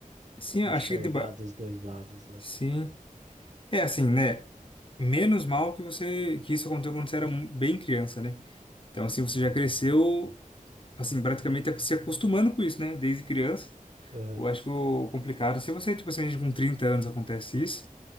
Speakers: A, on the left (about 35°); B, on the right (about 55°).
A: Sim, eu
B: enxergar
A: acho que deba...
B: dos dois lados, né?
A: Sim. É assim, né? Menos mal que você que isso aconteceu quando você era mu- bem criança, né? Então assim, você já cresceu assim, praticamente tá se acostumando com isso, né? Desde criança.
B: Aham.
A: Eu acho que o complicado, é se você, tipo assim, com 30 anos acontece isso,